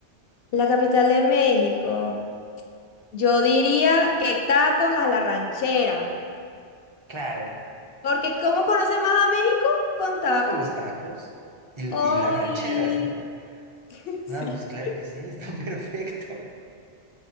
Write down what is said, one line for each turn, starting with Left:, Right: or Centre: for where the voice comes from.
Left: La capital de México. Yo diría que tacos a la ranchera.
Right: Claro,
Left: Porque ¿cómo conoces más a México? Con tacos.
Right: pues por los tacos y,
Left: Obi.
Right: y las rancheras, ¿no?
Left: <laughs>
Right: No,
Left: Sí.
Right: pues claro que sí, está <laughs> perfecto.